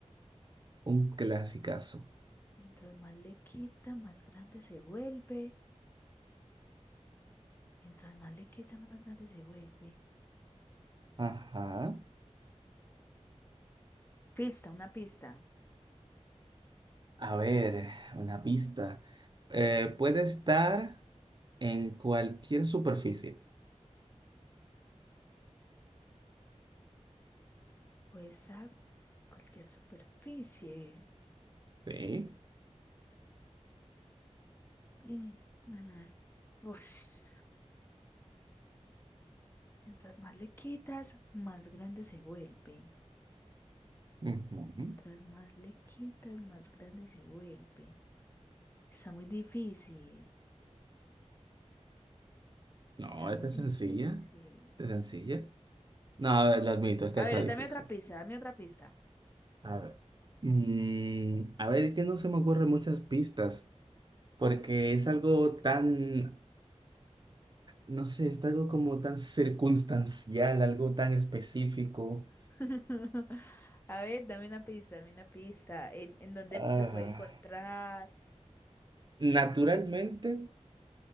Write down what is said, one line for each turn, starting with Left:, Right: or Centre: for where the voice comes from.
Right: Un clasicazo.
Left: Mientras más le quita, más grande se vuelve. Mientras más le quita, más grande se vuelve.
Right: Ajá.
Left: Pista, una pista.
Right: A ver, una pista. Eh, puede estar en cualquier superficie.
Left: Puede estar cualquier superficie.
Right: Sí.
Left: Mm, mm, ush. Mientras más le quitas, más grande se vuelve.
Right: Ujú.
Left: Mientras más le quitas, más grande se vuelve. Está muy difícil.
Right: No,
Left: Está
Right: esta
Left: muy
Right: es
Left: difícil.
Right: sencilla. Esta es sencilla. No, a ver, lo admito, esta
Left: A
Right: está
Left: ver,
Right: difícil.
Left: dame otra pista, dame otra pista.
Right: A ver. Mm, a ver, es que no se me ocurren muchas pistas, porque es algo tan, no sé, es algo como tan circunstancial, algo tan específico.
Left: <laughs> A ver, dame una pista, dame una pista. ¿En, en dónde
Right: Ah,
Left: lo puedo encontrar?
Right: naturalmente